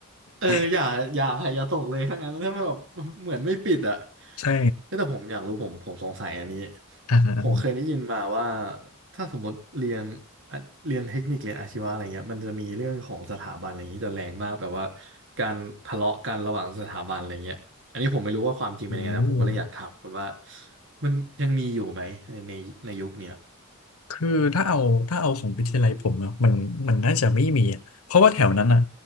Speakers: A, on the right; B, on the left.
A: เอออย่าอย่าอย่าตกเลยทั้างนั้นถ้ามันแบบ
B: <laughs>
A: <laughs> เหมือนไม่ปิดอ่ะ
B: ใช่
A: เอ้ยแต่ผมอยากรู้ผมผมสงสัยอันนี้
B: อ่าฮะ
A: ผมเคยได้ยินมาว่าถ้าสมมติเรียนอ่ะเรียนเทคนิคเรียนอาชีวะอะไรเงี้ยมันจะมีเรื่องของสถาบันอะไรอย่างนี้จะแรงมากแบบว่าการทะเลาะกันระหว่างสถาบันอะไรเงี้ยอันนี้ผมไม่รู้ว่าความจริงเป็นยังไงนะผมก็เลยอยากถามคุณว่า
B: โอ้
A: มันยังมีอยู่ไหมในในในยุคเนี้ย
B: คือถ้าเอาถ้าเอาของวิทยาลัยผมเนาะมันมันน่าจะไม่มีอะเพราะว่าแถวนั้นอ่ะ